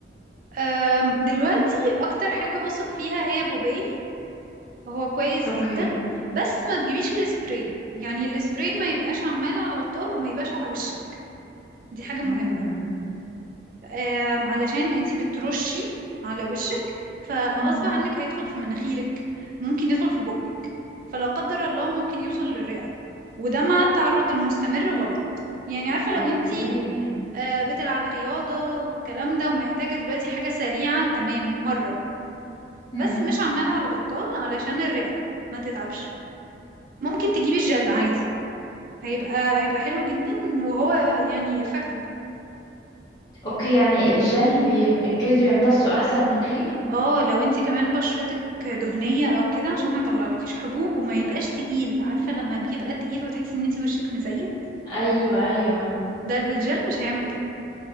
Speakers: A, on the right; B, on the left.
A: أم، دلوقتي اكتر حاجه بثق فيها هي بوباي هو كويس
B: اوكي
A: جدا بس ما تجيبيش السبراي يعني السبراي ما يبقاش عمال على بطال وما يبقاش على وشك دي حاجه مهمه
B: امم
A: آم، علشان انتي بترشي على وشك فغصب
B: امم
A: عنك هيدخل في مناخيرك ممكن يدخل في بقك فلا قدر الله ممكن يوصل للرئة وده مع التعرض المستمر غلط يعني عارفة لو
B: اوكي
A: انتي آه، بتلعبي رياضة والكلام ده ومحتاجة دلوقتي حاجة سريعة تمام مرة بس
B: امم
A: مش عمالة على بطال علشان الرئة ما تتعبش ممكن تجيبي الجل عادي هيبقى هيبقى حلو جدا وهو يعني effective
B: اوكي يعني الجل بي... الجلد بيمتصه احسن من الكريم
A: اه لو انتي كمان بشرتك دهنية او كده عشان ما يطلعلكيش حبوب وما يبقاش تقيل
B: مم.
A: عارفة لما بيبقى تقيل وتحسي ان انتي وشك مزيت
B: ايوه ايوه
A: ده الجل مش هيعمل كده